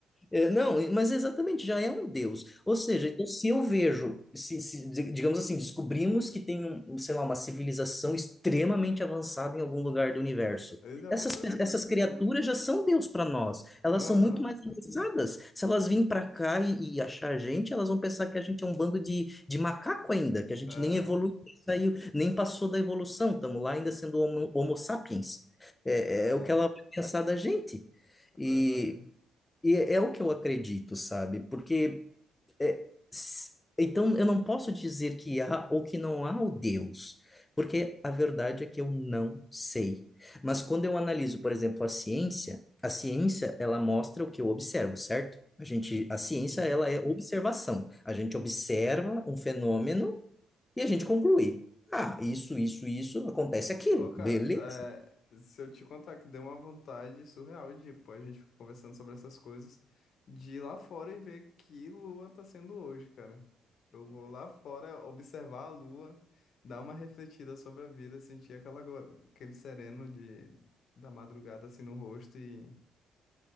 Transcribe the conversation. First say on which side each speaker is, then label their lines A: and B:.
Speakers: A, on the left; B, on the left.
A: É, não, mas exatamente, já é um Deus. Ou seja, então, se eu vejo, se, se, di- digamos assim, descobrimos que tem, um, um, sei lá, uma civilização extremamente avançada em algum lugar do universo.
B: <laughs> Eles já
A: Essas,
B: vão ser
A: pe-
B: um deus.
A: essas criaturas já são Deus para nós. Elas
B: Aham.
A: são muito mais avançadas. Se elas virem para cá e, e achar a gente, elas vão pensar que a gente é um bando de, de macaco ainda, que a gente
B: É,
A: nem evoluiu, nem saiu, nem passou da evolução. Estamos lá ainda sendo homo, homo sapiens. É,
B: é,
A: é é o que ela vai pensar da gente.
B: é
A: e
B: verdade.
A: e é o que eu acredito, sabe? Porque é, s- então eu não posso dizer que há ou que não há o Deus, porque a verdade é que eu não sei. Mas quando eu analiso, por exemplo, a ciência, a ciência ela mostra o que eu observo, certo? A gente, a ciência
B: Uhum.
A: ela é observação. A gente observa um fenômeno e a gente conclui. Ah, isso, isso, isso acontece aquilo,
B: Ô, cara,
A: beleza?
B: é, se eu te contar que deu uma vontade surreal de, pô, a gente fica conversando sobre essas coisas, de ir lá fora e ver que lua tá sendo hoje, cara. Eu vou lá fora observar a lua, dar uma refletida sobre a vida, sentir aquela, go- aquele sereno de, da madrugada assim no rosto e,